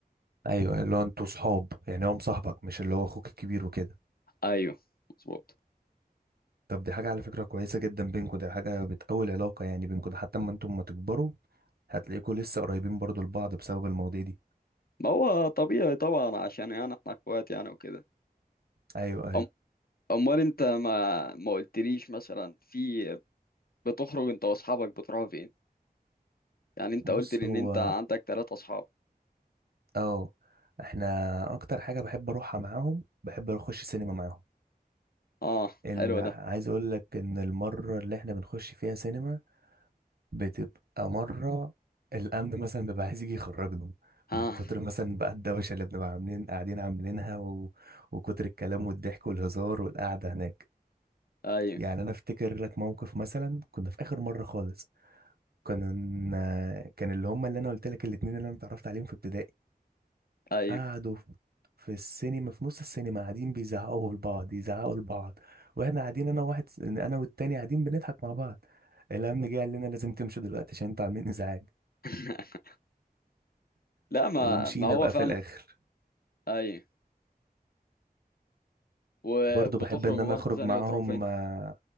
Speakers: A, on the right; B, on the left.
A: ايوه اللي هو انتوا صحاب يعني هو مصاحبك مش اللي هو اخوك الكبير وكده
B: ايوه مظبوط
A: طب دي حاجه على فكره كويسه جدا بينكوا ده حاجه بتقوي العلاقه يعني بينكوا ده حتى اما انتم ما تكبروا هتلاقيكوا لسه قريبين برضو لبعض بسبب المواضيع دي
B: ما هو طبيعي طبعا عشان يعني احنا اخوات يعني وكده
A: ايوه ايوه
B: أم امال انت ما ما قلتليش مثلا في بتخرج انت واصحابك بتروحوا فين يعني انت
A: بص
B: قلت لي ان
A: هو
B: انت عندك ثلاثة اصحاب
A: اه احنا اكتر حاجه بحب اروحها معاهم بحب اخش سينما معاهم
B: اه
A: ال...
B: حلو
A: عايز
B: ده
A: اقول لك ان المره اللي احنا بنخش فيها سينما بتبقى مرة الأمن مثلا بيبقى عايز يجي يخرجنا
B: اه
A: من كتر مثلا بقى الدوشة اللي بنبقى عاملين قاعدين عاملينها و... وكتر الكلام والضحك والهزار والقعدة هناك
B: ايوه
A: يعني أنا أفتكر لك موقف مثلا كنا في آخر مرة خالص كنا كان اللي هم اللي أنا قلت لك الاتنين اللي أنا اتعرفت عليهم في ابتدائي
B: ايوه
A: قعدوا في في السينما في نص السينما قاعدين بيزعقوا لبعض يزعقوا لبعض واحنا قاعدين انا واحد انا والتاني قاعدين بنضحك مع بعض الامن جه قال لنا لازم تمشوا دلوقتي عشان انتوا عاملين ازعاج
B: <laughs> لا ما
A: ومشينا
B: ما هو
A: بقى
B: فعلا
A: في الاخر
B: ايوه وبتخرجوا
A: برضو بحب ان انا
B: برضه
A: اخرج
B: تاني
A: معاهم
B: بتروحوا فين
A: آه،